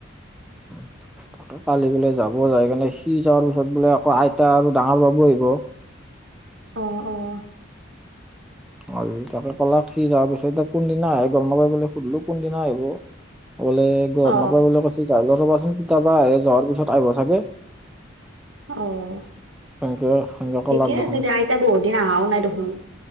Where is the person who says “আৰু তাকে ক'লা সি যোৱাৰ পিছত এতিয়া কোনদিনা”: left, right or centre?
Centre